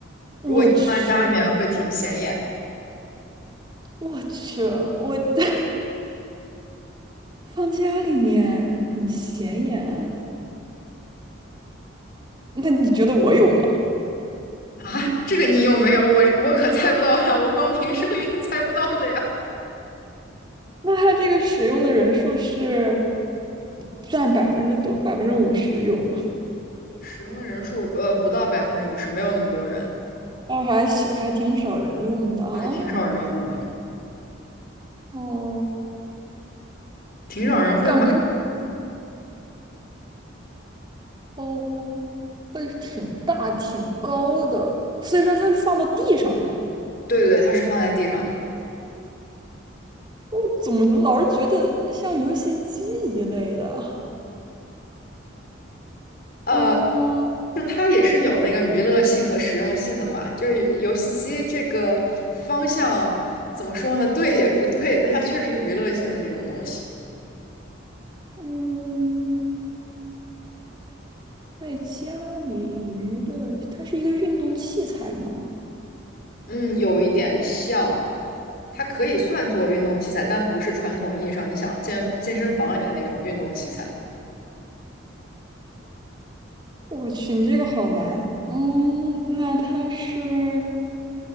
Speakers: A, on the right; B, on the left.
A: 我去，
B: 如果你放在家里面会挺显眼
A: 我去，我 <laughs>。放家里面很显眼。那你觉得我有吗？
B: 啊。这个你有没有？我我可猜不到呀，我光凭声音 <laughs> 猜不到的呀。
A: 那它这个使用的人数是占百分之多，百分之五十有吗？
B: 使用的人数呃不到百分之五十，没有那么多人，
A: 那还是还挺少人用的啊。
B: 对，挺少人用的，
A: 哦，
B: 挺少人会买。
A: 感觉哦，会挺大挺高的，所以说它是放到地上的。
B: 对对，它是放在地上的，
A: 我怎么老是觉得像游戏机一类的？
B: 呃，
A: 嗯
B: 就它也是有那个娱乐性和实用性的嘛，就是游戏机这个方向怎么说呢？对也不对，但它确实娱乐性的这种东西。
A: 嗯，在家里娱乐，它是一个运动器材吗？
B: 嗯，有一点像，它可以算作运动器材，但不是传统意义上你想健健身房里面那种运动器材。
A: 我去，你这个好难。嗯，那它是